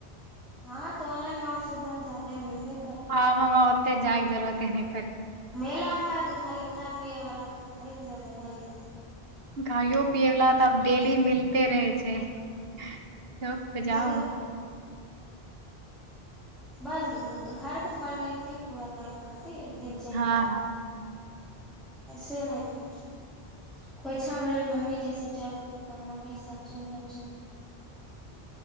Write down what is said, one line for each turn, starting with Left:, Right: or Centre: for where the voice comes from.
Centre: हँ त ऑनलाइन माप सुधा जा मिलबै
Right: आाम ओते जाग जरतेन
Centre: मेला है तऽ खाली ख खााय पियए वला के खरीद लेबै होइ जा
Right: खाइयो पियेवला तऽ आब डेली
Centre: ले
Right: मिलते रहै छै चख जाओ
Centre: लेकिन बस घर के फल मे एत पूजा करै खातिर त एक दिन चल
Right: हँ
Centre: जाै
Right: हँ
Centre: अछ से नहि जाइ छ कोोइ छावर ल मम्मी जैसे जाय तऽ मम्मी केी साच चल जा अच्छाा